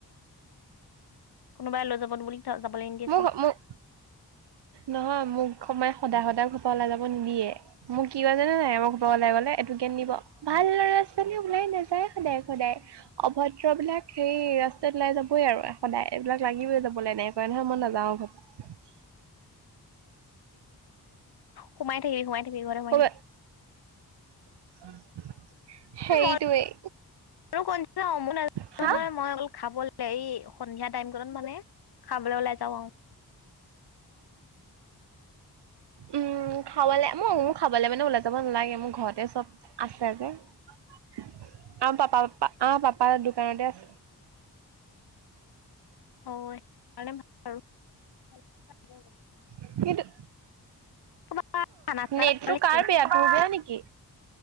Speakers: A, on the left; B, on the right.
A: কোনোবাই লৈ যাব বুলি, যাবলে নিদিয়ে
B: মোক
A: চাগে।
B: মোক নহয় মোক সমাই সদায়-সদায় ঘৰৰ পৰা ওলাই যাব নিদিয়ে। মোক কি কয় জানানে নাই? মোক ঘৰৰ পৰা ওলাই গ'লে এইটো জ্ঞান দিব। ভাল ল'ৰা-ছোৱালী ওলাই নাযায় সদায়-সদায়। অভদ্ৰবিলাক সেই ৰাস্তাত ওলাই যাবই আৰু সদায়, এইবিলাক লাগিবে যাবলৈ এনেকুৱা কয় নহয় মই, নাযাওঁ <unintelligible>
A: সোমাই থাকিবি, সোমাই থাকিবি ঘৰতে সোমাই
B: পৰা
A: থাকিবি।
B: <unintelligible> হেৰিটোৱেই
A: মইয়ো কনচা <unintelligible> নাজায়
B: হা
A: নহয়, মই অকল খাবলে এই সন্ধিয়া টাইম কনত মানে খাবলৈ ওলাই যাওঁ আৰু। <inaudible>
B: উম, খাবলে মই মোৰ খাবে মানে ওলাই যাব নালাগে, মোৰ ঘৰতে চব আছে যে, আৰু পাপা আমাৰ পাপাৰ দোকানতে আছে।
A: অহ, সেইকাৰণে ভাল আৰু।
B: <unintelligible>
A: ক'ৰবাত খানা চানা
B: নেটটো
A: এটা খাব লাগিছিলে
B: কাৰ বেয়া, তোৰ বেয়া নেকি?